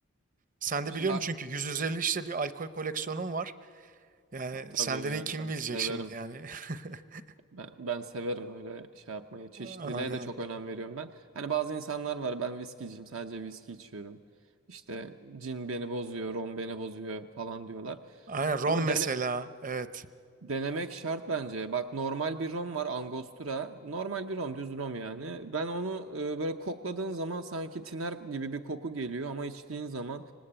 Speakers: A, on the right; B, on the right.
A: Sen de
B: Şimdi
A: biliyorum
B: ha-
A: çünkü 150 işte bir alkol koleksiyonun var. Yani
B: tabii
A: senden
B: yani
A: iyi kim
B: ben
A: bilecek
B: severim.
A: şimdi yani. <laughs>
B: Ben, ben severim öyle şey yapmayı. Çeşitliliğe
A: Aynen.
B: de çok önem veriyorum ben. Hani bazı insanlar var ben viskiciyim sadece viski içiyorum. İşte cin beni bozuyor, rom beni bozuyor falan diyorlar.
A: Aynen rom
B: Ama
A: mesela.
B: dene,
A: Evet.
B: Denemek şart bence. Bak normal bir rom var Angostura. Normal bir rom, düz rom yani. Ben onu e, böyle kokladığın zaman sanki tiner gibi bir koku geliyor ama içtiğin zaman